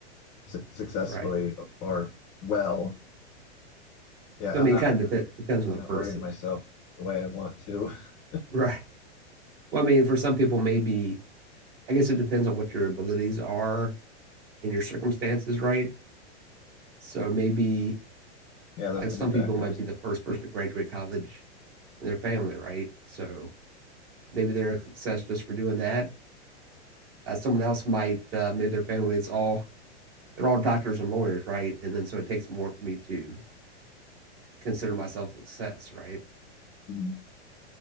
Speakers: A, on the left; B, on the right.
A: su- successfully
B: right?
A: or well. Yeah,
B: So,
A: I'm
B: I mean,
A: not
B: it kind of dep- depends on
A: I'm
B: the
A: not
B: person,
A: wording myself the way I want to. <laughs>
B: <laughs> right? Well, I mean, for some people, maybe I guess it depends on what your abilities are and your circumstances, right? So maybe
A: Yeah, those
B: like
A: can
B: some
A: be factors.
B: people might be the first person to graduate college in their family, right? So maybe they're a success just for doing that. Uh, someone else might, uh, maybe their family, it's all they're all doctors and lawyers, right? And then so it takes more for me to consider myself success, right?
A: Mhm.